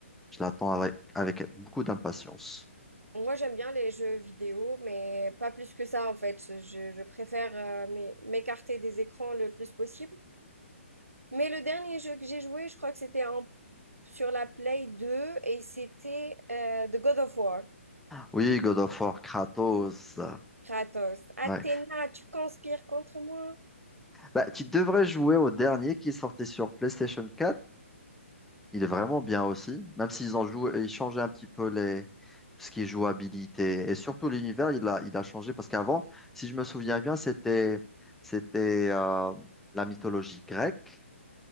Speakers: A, in the centre; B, on the right.
A: Je l'attends avec, avec beaucoup d'impatience.
B: Moi, j'aime bien les jeux vidéo, mais pas plus que ça en fait. Je, je préfère euh, m'é- m'écarter des écrans le plus possible. Mais le dernier jeu que j'ai joué, je crois que c'était un sur la Play 2 et c'était euh, The God of War.
A: Oui, God of War, Kratos.
B: Kratos, Athéna,
A: Ouais.
B: tu conspires contre moi?
A: Bah, tu devrais jouer au dernier qui sortait sur PlayStation quatre. Il est vraiment bien aussi, même s'ils ont joué, ils changeaient un petit peu les, tout ce qui est jouabilité. Et surtout l'univers, il a, il a changé parce qu'avant, si je me souviens bien, c'était, c'était euh, la mythologie grecque.